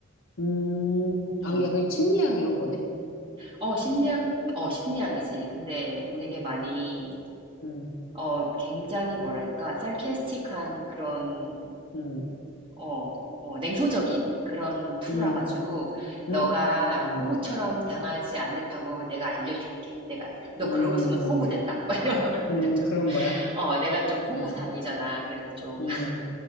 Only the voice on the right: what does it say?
음.
어, 심리학, 어, 심리학이지. 근데
되게 많이,
어, 굉장히 뭐랄까, sarcastic한 그런
어, 어, 냉소적인 그런 투라
가지고 너가
호구처럼 당하지 않을 방법을 내가 알려줄게. 내가 너
그러고 있으면 호구된다. <laughs> 막 이런 거를 알려줘.
어, 내가 좀 호구상이잖아.
그래서 좀,
<laughs>